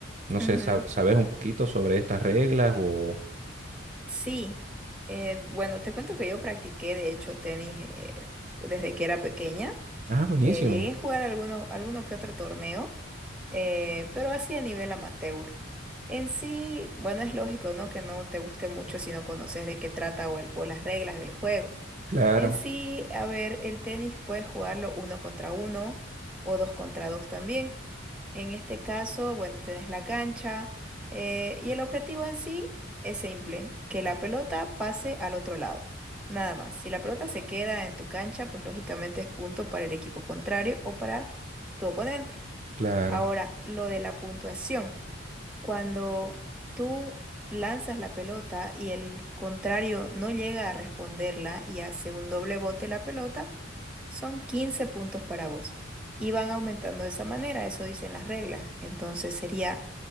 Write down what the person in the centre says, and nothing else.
ujú,
sí, eh, bueno, te cuento que yo practiqué de hecho tenis eh, desde que era pequeña.
Eh, llegué a jugar alguno, alguno que otro torneo, eh, pero así a nivel amateur. En sí, bueno, es lógico, ¿no? Que no te guste mucho si no conoces de qué trata o, el- o las reglas del juego.
En sí, a ver, el tenis puedes jugarlo uno contra uno o dos contra dos también. En este caso, bueno, tenés la cancha eh, y el objetivo en sí es simple, que la pelota pase al otro lado. Nada más. Si la pelota se queda en tu cancha, pues lógicamente es punto para el equipo contrario o para tu oponente.
Ahora, lo de la puntuación. Cuando tú lanzas la pelota y el contrario no llega a responderla y hace un doble bote la pelota, son 15 puntos para vos. Y van aumentando de esa manera, eso dicen las reglas. Entonces sería